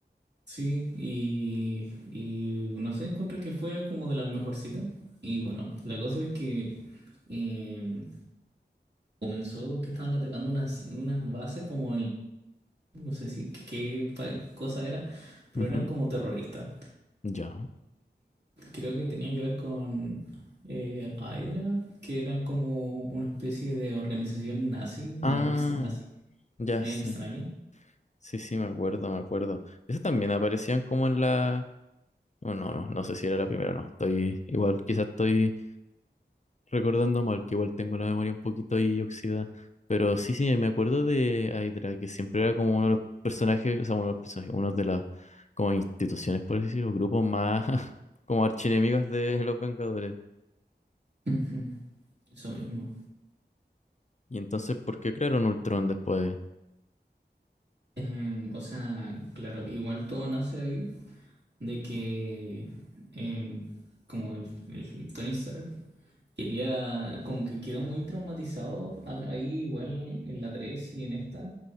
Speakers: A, on the right; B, on the left.
A: Sí, y, y no sé, encuentro que fue como de las mejorcitas. Y bueno, la cosa es que eh, comenzó que estaban atacando unas, unas bases como en, no sé si qué, qué pa- cosa era, pero
B: Ujú,
A: eran como terroristas.
B: Ya.
A: creo que tenía que ver con eh, Hydra, que eran como una especie de organización nazi, bueno,
B: Ah,
A: ex nazi,
B: ya
A: media
B: sí.
A: extraña.
B: Sí, sí, me acuerdo, me acuerdo. Eso también aparecían como en la... no no, no no sé si era la primera, no. Estoy igual, quizás estoy recordando mal, que igual tengo la memoria un poquito ahí oxidada. Pero sí, sí, me acuerdo de Hydra, que siempre era como uno de los personajes, o sea, uno de los personajes, uno de las como instituciones, por así decirlo, grupos más <laughs> como archienemigos de los Vengadores.
A: Ujú, Eso mismo.
B: Y entonces, ¿por qué crearon Ultron después?
A: Em, o sea, claro, igual todo nace ahí de que em, como el, el Tony Stark Quería, como que quedó muy traumatizado al- ahí igual en la 3 y en esta